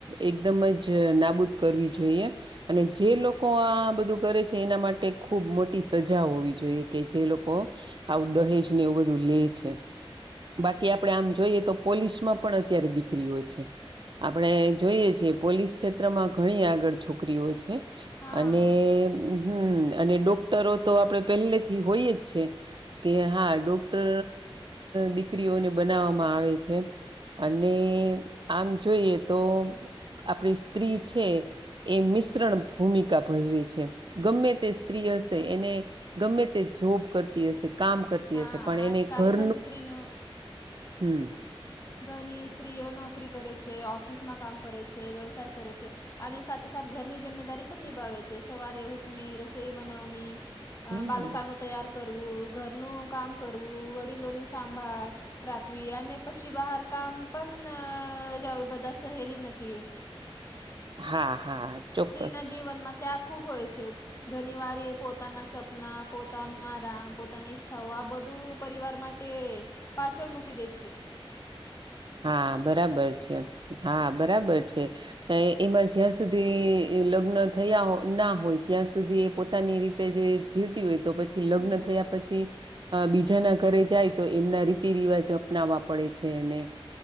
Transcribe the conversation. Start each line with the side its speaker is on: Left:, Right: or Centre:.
Right: એકદમ જ નાબૂદ કરવી જોઈએ. અને જે લોકો આ બધું કરે છે એના માટે ખૂબ મોટી સજા હોવી જોઈએ કે જે લોકો. આવું દહેજ ને એવું બધું લે છે. બાકી આપડણે આમ જોઈએ તો પોલીસમાં પણ અત્યારે દીકરીઓ છે. આપણે જોઈએ છીએ પોલીસ ક્ષેત્રમાં ઘણી આગળ છોકરીઓ છે.
Left: હા.
Right: અને હમ અને ડોક્ટરો તો આપડે પહેલેથી હોય જ છે. કે હા ડોક્ટર દીકરીઓને બનાવવામાં આવે છે. અને આમ જોઈએ તો આપડી સ્ત્રી છે. એ મિશ્રણ ભૂમિકા ભજવે છે ગમે તે સ્ત્રી હશે એને. ગમે તે જોબ કરતી હશે કામ કરતી
Left: હા
Right: હશે પણ
Left: આજકાલ
Right: એને ઘર
Left: ઘણી સ્ત્રીનો
Right: હમ
Left: ઘણી સ્ત્રીઓ નોકરી કરે છે ઓફિસમાં કામ કરે છે વ્યવસાય કરે છે. અને સાથે સાથે ઘરની જિમ્મેદારી પણ નિભાવે છે સવારે ઉઠની રસોઈ બનાવની અ
Right: હમ
Left: બાલકનું તૈયાર ઘરનું કામ કરવું વડીલોની સાંભળ રાખવી અને પછી ચી બહાર કામ પણ જ બધા સહેલી નથી
Right: હા હા ચોક્કસ
Left: સ્ત્રીના જીવનમાં ત્યાં ખુબ હોય છે ઘણી વાર એ પોતાના સપના પોતાનું આરામ પોતાની ઈચ્છાઓ આ બધું પરિવાર માટે તે પાછળ મૂકી દે છે
Right: હા બરાબર છે હા બરાબર છે અ એમાં જ્યાં સુધી લગ્ન થયા ના હોય ત્યાં સુધી એ પોતાની રીતે જે જીવતી હોય તો પછી લગ્ન
Left: હમ
Right: થયા પછી બીજાના ઘરે જાય તો એમના રીતિ રિવાજ અપનાવવા પડે છે અને